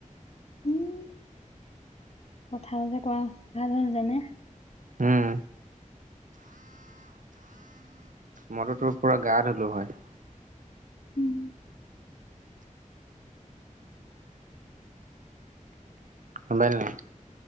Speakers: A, on the left; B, on the right.
A: উম', কথা ও যে কোৱা ভাল হ জানে।
B: উম। মই তো তোৰ পোৰা গা ধুলো হয়।
A: উম।
B: গমপালি নাই।